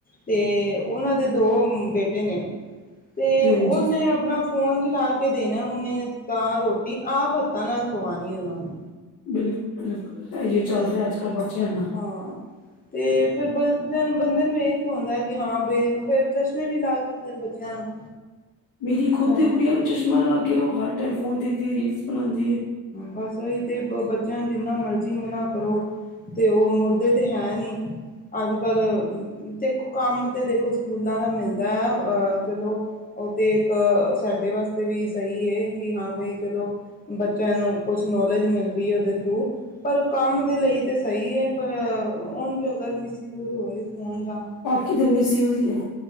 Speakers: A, on the left; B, on the left.
A: ਤੇ ਉਹਨਾਂ ਦੇ ਦੋ ਬੇਟੇ ਨੇ। ਤੇ
B: ਜੀ
A: ਉਹਨੇ
B: ਹਾਂਜੀ
A: ਆਪਣਾ ਫੋਨ ਚਲਾ ਕੇ ਦੇਣਾ, ਉਹਨੇ ਤਾਂ ਰੋਟੀ ਆਪ ਹੱਥਾਂ ਨਾਲ ਖਵਾਉਣੀ ਹੈ ਉਹਨਾਂ ਨੂੰ।
B: ਬਿਲਕੁਲ, ਬਿਲਕੁਲ ਅਇਓ, ਚੱਲ
A: ਤੇ
B: ਰਿਹਾ ਅੱਜ-ਕੱਲ੍ਹ ਬੱਚੇ ਨਾਲ।
A: ਹਾਂ ਤੇ ਫਿਰ ਬੰਦੇ ਨੂੰ ਹੁੰਦਾ ਕਿ ਹਾਂ, ਬਈ ਫ਼ੇਰ ਚਸ਼ਮੇ ਵੀ ਲੱਗ ਜਾਂਦੇ ਨੇ ਬੱਚਿਆਂ ਨੂੰ।
B: ਮੇਰੀ ਖੁਦ
A: ਹਮ
B: ਦੀ ਕੁੜੀਆਂ ਨੂੰ ਚਸ਼ਮਾ ਲੱਗ ਗਿਆ, ਉਹ ਹਰ ਟਾਈਮ ਫੋਨ ਦੇਖਦੀ ਰੀਲਸ ਬਣਾਉਂਦੀ ਹੈ।
A: ਬਸ ਤੇ ਬੱਚਿਆਂ ਨੂੰ ਜਿੰਨਾ ਮਰਜ਼ੀ ਮਨਾ ਕਰੋ, ਤੇ ਉਹ ਮੁੜਦੇ ਤੇ ਹੈ, ਨੀ। ਅੱਜ-ਕੱਲ੍ਹ, ਦੇਖੋ ਕੰਮ ਤੇ ਦੇਖੋ ਸਕੂਲਾਂ ਦਾ ਮਿਲਦਾ ਹੈ, ਚਲੋ ਉਹ ਤੇ ਇੱਕ ਸਾਡੇ ਵਾਸਤੇ ਅਤੇ ਵੀ ਸਹੀ ਹੈ ਕਿ, ਹਾਂ ਬਈ ਚਲੋ ਬੱਚਿਆਂ ਨੂੰ ਕੁਛ ਨੌਲੇਜ ਮਿਲ ਰਹੀ ਹੈ ਉਹਦੇ ਤੋ। ਪਰ ਕੰਮ ਦੇ ਲਈ ਤਾਂ ਸਹੀ ਹੈ, ਪਰ ਉਝ ਅਗਰ ਮਿਸਯੂਜ ਹੋਏ ਫੋਨ ਦਾ
B: ਕਿਤੇ ਮਿਸਯੂਜ ਹੀ ਹੈ।